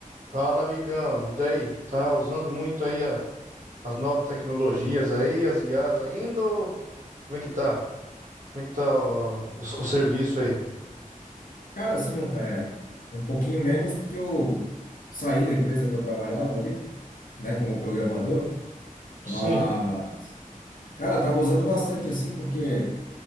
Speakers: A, on the right; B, on the left.
A: Fala, amigão. E daí? Tá usando muito aí a- as novas tecnologias aí, as I as ainda? ou Como é que tá? Como é que tá ó, o, o serviço aí?
B: Cara, assim, um, é, um pouquinho menos, porque eu saí da empresa que eu trabalhava ali, né, como programador, mas,
A: Sim,
B: cara, tava usando bastante, assim, porque